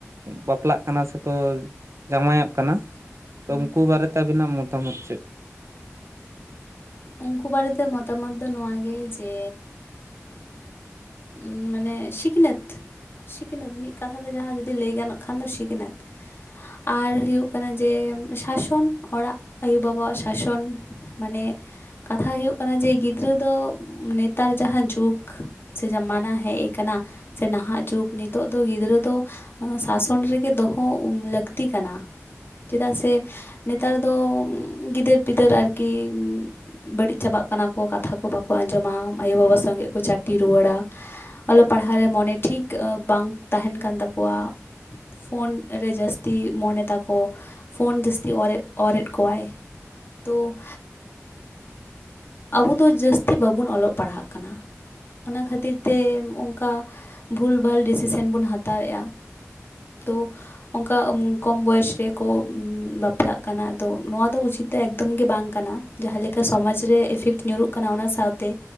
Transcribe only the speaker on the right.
ᱵᱟᱯᱞᱟᱜ ᱠᱟᱱᱟ᱾ ᱠᱟᱱᱟ ᱥᱮᱠᱚ ᱡᱟᱶᱟᱭᱚᱜ ᱠᱟᱱᱟ ᱛᱚ
ᱩᱱᱠᱩ ᱵᱟᱨᱮᱛᱮ ᱟᱵᱤᱱᱟᱜ ᱢᱚᱛᱟᱢᱚᱛ ᱪᱮᱫ